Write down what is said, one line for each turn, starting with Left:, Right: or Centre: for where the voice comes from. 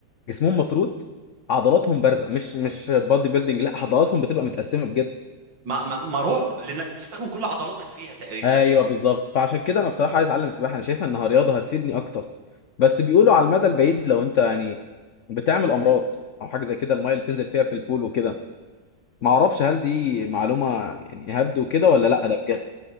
Left: جسمهم مفروض عضلاتهم بارزه مش مش بادي بيلدينج لا عضلاتهم بتبقى متقسمه بجد
Right: ما ما ما رعب لانك بتستخدم كل عضلاتك فيها تقريبا
Left: ايوه بالظبط فعشان كده انا بصراحه عايز اتعلم السباحه انا شايفها انها رياضه هتفيدني اكتر بس بيقولوا على المدى البعيد لو انت يعني بتعمل امراض او حاجه زي كده الميه اللي بتنزل فيها في البول وكده ما اعرفش هل دي معلومه يعني هبدو كده ولا لا ده بجد